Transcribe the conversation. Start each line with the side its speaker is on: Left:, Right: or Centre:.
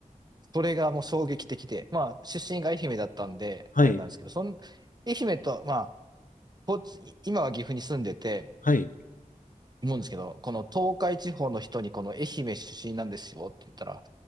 Right: それがもう衝撃的で、まあ、出身が愛媛だったんで、
Left: はい、
Right: あれなんですけど、そん、愛媛と、まあ、こっち、今は岐阜に住んでて、
Left: はい。
Right: 思うんですけど、この東海地方の人にこの愛媛出身なんですよって言ったら、